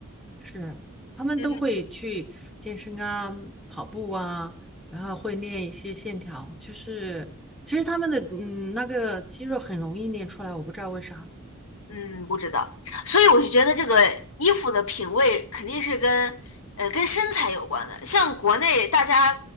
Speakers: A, in the centre; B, on the left.
A: 是，他们都会去健身啊，
B: 嗯
A: 跑步啊，然后会练一些线条，就是其实他们的嗯那个肌肉很容易练出来，我不知道为啥，
B: 嗯，不知道，所以我就觉得这个衣服的品味肯定是跟呃跟身材有关的。像国内大家